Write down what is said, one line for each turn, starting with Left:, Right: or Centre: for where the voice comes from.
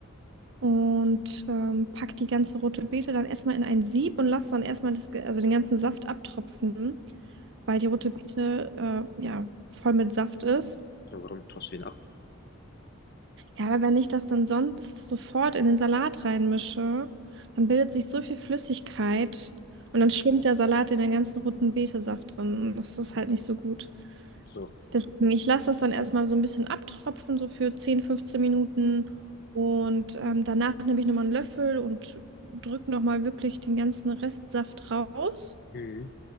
Right: und ähm, pack die ganze rote Beete dann erstmal in ein Sieb und lasse dann erstmal das, ge- also den ganzen Saft abtropfen, weil die rote Beete äh, ja voll mit Saft ist.
Left: Ja, Warum tust du ihn ab?
Right: Ja, aber wenn ich das dann sonst sofort in den Salat reinmische, dann bildet sich so viel Flüssigkeit und dann schwimmt der Salat in den ganzen roten Betesaft drin. Und das ist halt nicht so gut.
Left: So.
Right: Deswegen, ich lasse das dann erstmal so ein bisschen abtropfen, so für 10 15 Minuten. Und ähm, danach nehme ich nochmal einen Löffel und drücke nochmal wirklich den ganzen Restsaft raus.
Left: Mhm.